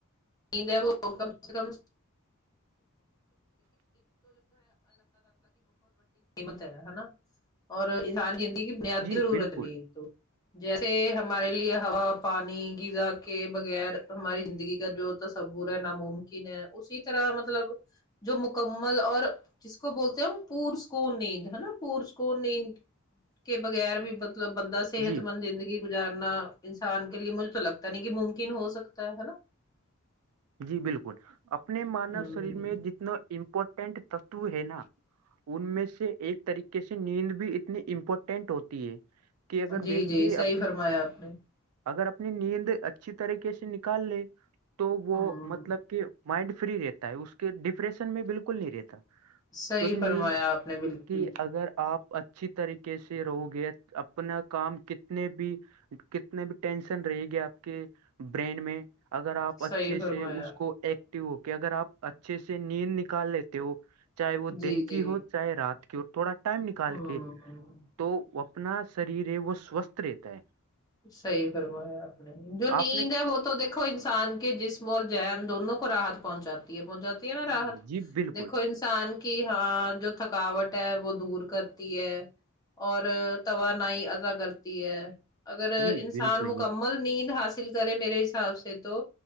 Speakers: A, on the left; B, on the right.
A: نہیںید وہ کم سے کم <inaudible> اور انسان زندگی کی بنیادی
B: جی
A: ضرورت
B: بالکل
A: نہیں تو جیسے ہمارے لیے ہا پانی غذا کے بغیر ہماری زندگی کا جو تصور ہے ن ممکن ہے اسی طرح مطلب جو مکمل اور جس کو بولتے ہیں ہم پورس کو نیند ہے نا پورسک نیند کے بغیر بھی مطلب بندہ صحت
B: جی
A: مند زندگی گزارنا انسان کے لیے مجھے تو لگتا نہیں کہ ممکن ہو سکتا ہے نا
B: جی بالکل اپنے مانو
A: ہوں
B: شریر میں جتنا امپورٹنٹ تتو ہے نا ان میں سے ایک طریقے سے نیند بھی اتنی امپورٹنٹ ہوتی ہے کہ اگر
A: جی
B: ویکتی
A: جی
B: اپنی
A: صحیح فرمایا آپ نے
B: اگر اپنی نیند اچھی طریقے سے نکال لے تو وہ
A: ہوں
B: مطلب کہ مائنڈ فری رہتا ہے اس کے ڈپریشن میں بالکل نہیں رہتا
A: صحیح
B: کیونکہ نیند
A: فرمایا آپ نے بالکل
B: اس کی اگر آپ اچھی طریقے سے رہو گے اپنا کام کتنے بھی کتنے بھی ٹینشن رہے گی آپ کے برین میں اگر آپ اچھے
A: صحیح فرمایا
B: سے اس کو اک ایکٹو ہو کہ اگر آپ اچھے سے نیند نکال لیتے ہو چاہے وہ دن
A: جی
B: کی
A: جی
B: ہو چاہے رات کی ہو تھوڑا ٹائم نکال
A: ہوں
B: کے تو واپ اپنا شریر ہے وہ سوستھ رہتا ہے
A: صحیح فرمایا آپ نے جو نیند
B: آپ نے
A: ہے وہ تو دیکو انسان کے جسم اور زہن دونوں راحت پہنچاتی ہے پہنچاتی ہے نا راحت
B: جی جی بالکل
A: دیکھو انسان کی ہاں جو تھکاوٹ ہے وہ دور کرتی ہے اور توانائی ادا کرتی ہے اگر
B: جی
A: انسان
B: بالکل
A: مکمل
B: یہ
A: نیند حاصل کرے میرے حساب سے تو